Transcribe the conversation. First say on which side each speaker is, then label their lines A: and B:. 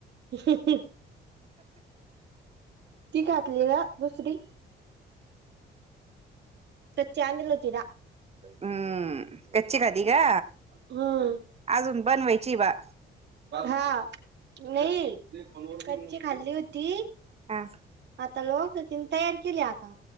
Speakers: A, on the right (about 60°); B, on the right (about 30°).
A: <unintelligible> ती घातली ग दुसरी तर चांदलं <unintelligible>
B: हम्म कच्ची खाती का,
A: हम्म
B: अजून बनवायची बाळ
A: हा नाही कच्ची खाल्ली होती.
B: ह
A: आता लोक तिनं तयार केली आता.